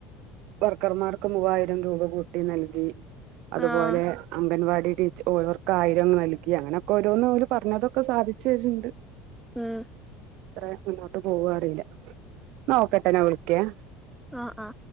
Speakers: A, on the right (about 65°); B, in the centre.
A: വർക്കർമാർക്ക് മൂവായിരം രൂപ കൂട്ടി നൽകി അ അതുപോലെ
B: ആഹ്
A: അംഗൻവാടി ടി ടീച്ച് ഓരോർക്കായിരം നൽകി ക്കി അങ്ങനെയൊക്കെ ഓരോന്നോല് പറഞ്ഞതൊക്കെ സാധിച്ചര്ണ്ട്
B: ഉംമ്മ്
A: അത്ര മുന്നോട്ട് പോവോറില്ല ന്ന ഓക്കേ ട്ടോ ന്നാ വിളിക്ക്യാ
B: അ അ